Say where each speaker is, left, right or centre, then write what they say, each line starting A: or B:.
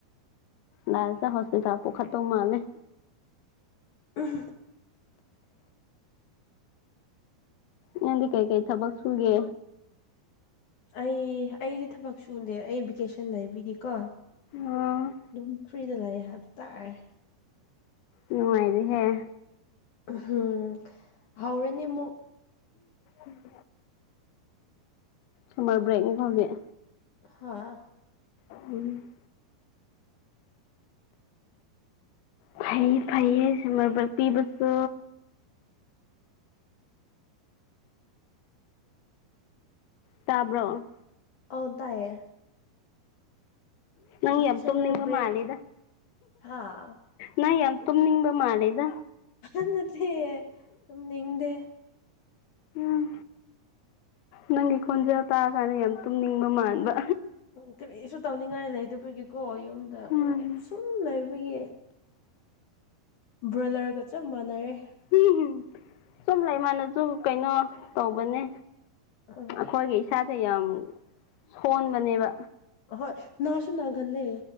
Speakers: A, on the left; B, on the left.
A: ꯂꯥ꯭ꯁꯇ ꯍꯣꯁꯄꯤꯇꯥꯜ ꯄꯨꯈꯠꯇꯧ ꯃꯥꯜꯂ‌ꯦ
B: ꯎꯝ
A: ꯅꯗꯤ ꯀꯩꯀꯩ ꯊꯕꯛ ꯁꯨꯒꯦ
B: ꯑꯩ ꯑꯩꯗꯤ ꯊꯕꯛ ꯁꯨꯗꯦ ꯑꯩ ꯚꯦꯀꯦꯁꯟ ꯂꯩꯕꯒꯤꯀꯣ
A: ꯑ‌ꯣ
B: ꯑꯗꯨꯝ ꯐ꯭ꯔꯤꯗ ꯂꯩꯌꯦ ꯍꯥꯏꯕ ꯇꯥꯔꯦ꯫
A: ꯅꯨꯡꯉꯥꯏꯔꯤꯦꯍꯦ
B: ꯎꯝꯍꯝ ꯍꯥꯎꯔꯅꯤ ꯑꯃꯨꯛ꯫
A: ꯎꯝ ꯁꯨꯃꯔ ꯕ꯭ꯔꯦꯛꯅꯤ ꯍꯧꯖꯤꯛ
B: ꯍꯥꯥ
A: ꯎꯝ ꯐꯩ ꯐꯩꯌꯦ ꯁꯃꯔꯄꯤꯤꯕꯁꯨ ꯇꯥꯕ꯭ꯔꯣ
B: ꯑꯧ ꯇꯥꯌꯦ꯫
A: ꯅꯪ ꯌꯥꯝ
B: ꯁꯃꯔ
A: ꯇꯨꯝꯅꯤꯡꯕ
B: ꯕ꯭ꯔꯦꯛ
A: ꯃꯥꯜꯂꯦꯗ
B: ꯍꯥꯥ
A: ꯅꯪ ꯌꯥꯝ ꯇꯨꯝꯅꯤꯡꯕ ꯃꯥꯂꯦꯗ
B: ꯍꯥ ꯅꯠꯇꯦ ꯇꯨꯝꯅꯤꯡꯗꯦ꯫
A: ꯎꯝ ꯅꯪꯒꯤ ꯈꯣꯟꯖꯦꯜ ꯇꯥ ꯀꯥꯟꯗ ꯌꯥꯝ ꯇꯨꯝꯅꯤꯡꯕ ꯃꯥꯟꯕ
B: ꯀꯔꯤꯁꯨ ꯇꯧꯅꯤꯡꯉꯥꯏ ꯂꯩꯇꯕꯒꯤꯀꯣ ꯌꯨꯝꯗ
A: ꯎꯝ
B: ꯁꯨꯝ ꯂꯩꯕꯒꯤ ꯕ꯭ꯔꯣꯏꯂꯔꯒ ꯆꯞ ꯃꯥꯟꯅꯔꯦ
A: ꯎꯝ ꯁꯨꯝ ꯂꯩꯃꯅꯁꯨ ꯀꯩꯅꯣ ꯇꯧꯕꯅꯦ
B: ꯑ
A: ꯑꯩꯈꯣꯏꯒꯤ ꯏꯁꯥꯁꯦ ꯌꯥꯝ ꯁꯣꯟꯕꯅꯦꯕ
B: ꯍꯣꯏ ꯅ ꯁꯁꯨ ꯅꯅꯥꯒꯜꯂꯦ